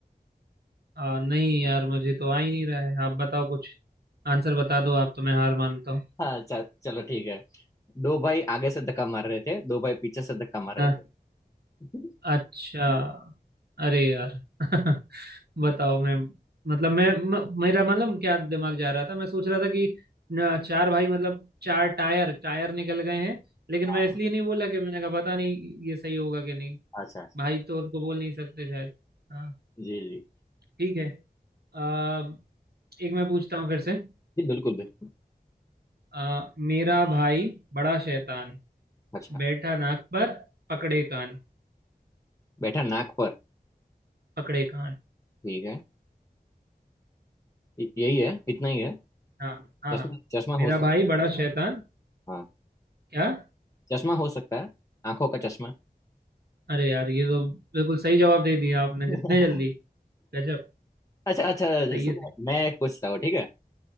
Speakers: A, on the right; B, on the left.
A: आ, नहीं यार मुझे तो आ ही नहीं रहा है आप बताओ कुछ आंसर बता दो आप तो मैं हार मानता हूँ
B: हाँ, च- चलो ठीक है दो भाई आगे से धक्का मार रहे थे दो भाई पीछे से धक्का मार
A: हाँ।
B: रहे थे <laughs>
A: अच्छा अरे यार <laughs> बताओ मैं मतलब मैं म, मेरा मतलब क्या दिमाग जा रहा था मैं सोच रहा था कि न, चार भाई मतलब चार टायर टायर निकल गए हैं लेकिन
B: हाँ
A: मैं इसलिए नहीं बोला कि मैंने कहा पता नहीं ये सही होगा कि नहीं
B: अच्छा
A: भाई तो उनको बोल नहीं सकते शायद हाँ
B: जी जी
A: ठीक है आ, एक मैं पूछता हूँ फिर से
B: जी बिल्कुल बिल्कुल
A: आ, मेरा भाई बड़ा शैतान
B: अच्छा
A: बैठा नाक पर पकड़े कान
B: बैठा नाक पर
A: पकड़े कान
B: ठीक है य- यही है इतना ही है
A: हाँ हाँ
B: चश्मा
A: हाँ।
B: चश्मा
A: मेरा
B: हो सकता
A: भाई बड़ा
B: है
A: शैतान
B: हाँ
A: क्या
B: चश्मा हो सकता है आंखों का चश्मा
A: अरे यार ये तो बिल्कुल सही जवाब दे दिया आपने
B: <laughs>
A: जितने जल्दी गजब
B: अच्छा अच्छा
A: सही
B: सुनो
A: है
B: मैं पूछता हूँ ठीक है